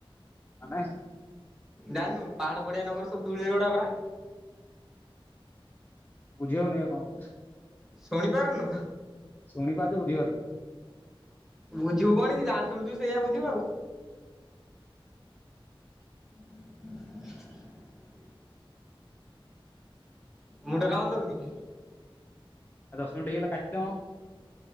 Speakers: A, on the left (about 20°); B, in the centre.
A: ମାନେ?
B: ଜାଣିନୁ ପାହାଡ ପଡିଆ ନଗର ସବୁ ଧୂଳିରେ ଗଢା ପରା।
A: ବୁଝି ହଉନି ବେ ଏ କଣ କଉଛୁ?
B: ଶୁଣିପାରୁନୁ?
A: ଶୁଣିପାରୁଛୁ ବୁଝିପାରୁନି।
B: ବୁଝିବୁ କଣ କି ଯାହା ଶୁଣିଚୁ ସେୟା ବୁଝିବୁ ଆଉ। <inaudible> ମୁଣ୍ଡ କାମ ଦଉନି କି?
A: ଆ, ଦଶ ମିନିଟ୍ ହେଇଗଲା କାଟିଦମ।